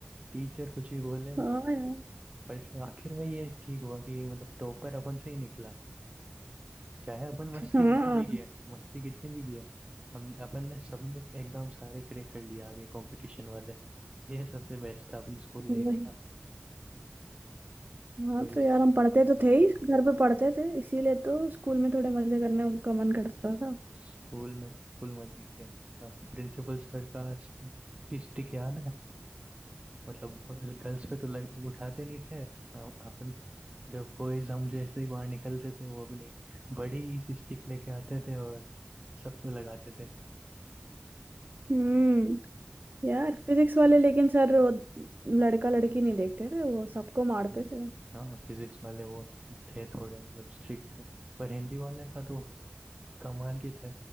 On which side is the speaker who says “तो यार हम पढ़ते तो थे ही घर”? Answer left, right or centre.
Right